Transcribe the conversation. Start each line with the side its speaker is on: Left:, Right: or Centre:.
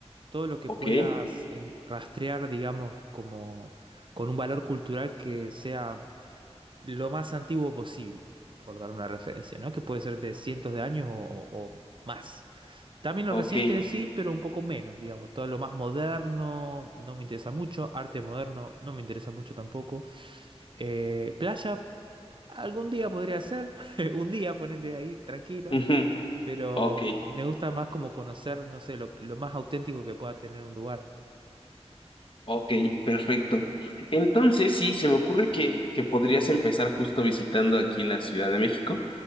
Right: todo lo que
Left: Ok,
Right: puedas en- rastrear, digamos, como con un valor cultural que sea lo más antiguo posible, por dar una referencia, ¿no? Que puede ser de cientos de años o, o más. También lo
Left: ok,
Right: reciente
Left: <laughs>
Right: sí, pero un poco menos, digamos. Todo lo más moderno no me interesa mucho, arte moderno no me interesa mucho tampoco. Eh, playa, algún día podría ser, <laughs> un día ponerle ahí tranquilo,
Left: ujú,
Right: pero
Left: ok,
Right: me gusta más como conocer, no sé, lo lo más auténtico que pueda tener un lugar.
Left: ok, perfecto. Entonces, sí, se me ocurre que, que podrías empezar justo visitando aquí la Ciudad de México.